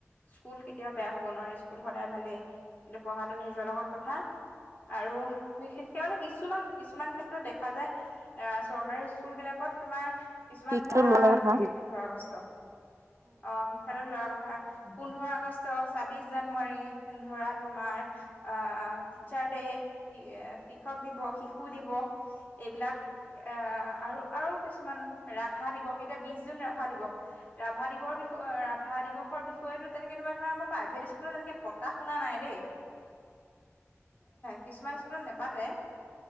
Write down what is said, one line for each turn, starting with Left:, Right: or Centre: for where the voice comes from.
Left: স্কুল কেতিয়াও বেয়া হব নোৱাৰে স্কুল সদায় ভালেই, কিন্তু পঢ়াটো নিজৰ লগত কথা। আৰু বিশেষকে মানে কিছুমান-কিছুমান ক্ষেত্ৰত দেখা যায় আ, চৰকাৰী স্কুল বিলাকত তোমাৰ কিছুমান
Right: শিক্ষাটো
Left: ধৰা
Right: লোৱাৰ লগত
Left: যেনেকে
Right: কথা।
Left: পোন্ধৰ আগষ্ট অ', শিক্ষাতো লোৱাৰ আগত খা, পোন্ধৰ আগষ্ট, ছাবিশ জানুৱাৰী, ধৰা তোমাৰ আ, টীছা আৰ দে', শিক্ষক দিৱস, শিশু দিৱস এইবিলাক এ, আৰু আৰু কিছুমান ৰাভা দিৱস, এতিয়া বিশ জুন ৰাভা দিৱস, ৰাভা দিৱসৰ বিষয় ৰাভা দিৱস বৰ, বিষয়েটো তেনেকে তোমাৰ ধৰা আমাৰ প্ৰাইভেট স্কুলত তেনেকে পতা শুনা নাই দেই। কিছুমান স্কুলত নেপাতে।